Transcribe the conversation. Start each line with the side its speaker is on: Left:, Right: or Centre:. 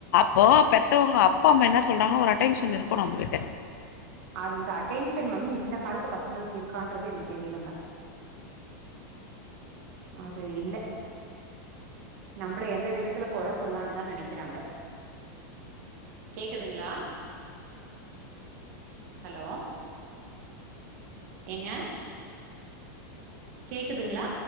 Left: அப்போ பெத்தவங்க அப்பா அம்மா என்ன சொல்றாங்கன் ஒரு அட்டென்ஷன் இருக்கனு நம்மகிட்ட
Right: அந்த அட்டென்ஷன் வந்து இந்த காலத்து பசங்களுக்கு இருக்கான்றது எனக் தெரியலங்க அது இல்ல நம்பள எந்த விதத்துல கொற சொல்லான் தா நினைக்கிறாங்க கேக்குதுங்ளா ஹலோ ஏங்க கேக்குதுங்ளா